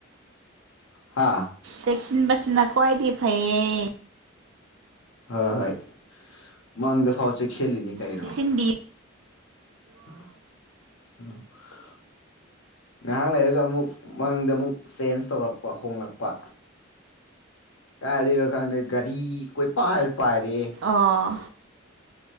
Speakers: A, on the left; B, on the right.
A: ꯍꯥ
B: ꯆꯦꯛꯁꯤꯟꯕꯁꯤꯅ ꯈ꯭ꯋꯥꯥꯏꯗꯒꯤ ꯐꯩꯌꯦ
A: ꯍꯣꯏ ꯍꯣꯏ ꯃꯪꯗꯐꯥꯎ ꯆꯦꯛꯁꯤꯜꯂꯤꯅꯤ ꯀꯩꯔꯣ
B: ꯆꯦꯛꯁꯤꯟꯕꯤꯌꯣ
A: <unintelligible> ꯉꯥꯍꯥꯛ ꯂꯩꯔꯒ ꯑꯃꯨꯛ ꯃꯪꯗ ꯑꯃꯨꯛ ꯆꯦꯟꯖ ꯇꯧꯔꯛꯄ ꯍꯣꯡꯂꯛꯄ ꯀꯥꯏꯗꯩꯔꯣ ꯈꯪꯗꯦ ꯒꯥꯔꯤ ꯀꯣꯏꯄꯥꯏ ꯄꯥꯏꯔꯦ
B: ꯑꯣ